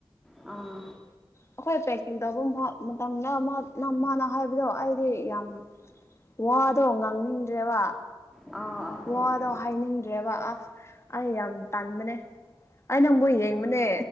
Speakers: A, in the centre; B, on the left.
A: ꯑꯥ
B: ꯑꯩꯈꯣꯏ ꯄꯦꯛꯀꯤꯡ ꯇꯧꯕ ꯃ ꯃꯇꯝꯗ ꯃꯥ ꯃꯥꯅ ꯍꯥꯏꯕꯗꯣ ꯑꯩꯗꯤ ꯌꯥꯝ ꯋꯥꯗꯣ ꯉꯥꯡꯅꯤꯡꯗ꯭ꯔꯦꯕ
A: ꯑꯥ ꯑꯥ
B: ꯋꯥꯗ‌ꯣ ꯍꯥꯏꯅꯤꯡꯗ꯭ꯔꯦꯕ ꯑ ꯑꯩ ꯌꯥꯝ ꯇꯟꯕꯅꯦ ꯑꯩ ꯅꯪꯕꯨ ꯌꯦꯡꯕꯅꯦ